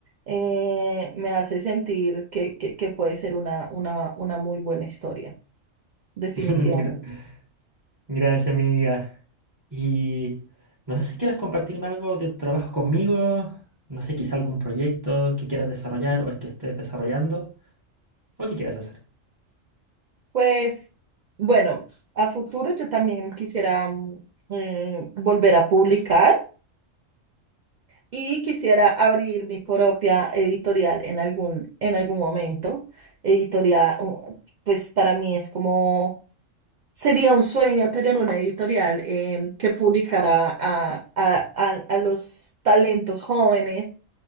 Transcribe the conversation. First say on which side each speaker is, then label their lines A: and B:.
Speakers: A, on the right (about 80°); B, on the right (about 20°).
A: eh, me hace sentir que, que, que puede ser una, una, una muy buena historia, definitivamente.
B: <laughs> Gracias, amiga. Y no sé si quieras compartirme algo de tu trabajo conmigo, no sé, quizá algún proyecto que quieras desarrollar o es que estés desarrollando o que quieras hacer.
A: Pues bueno, a futuro yo también quisiera mm, eh, volver a publicar. Y quisiera abrir mi propia editorial en algún, en algún momento. Editorial, u- pues para mí es como Sería un sueño tener una editorial em, que publicara a, a- a- a los talentos jóvenes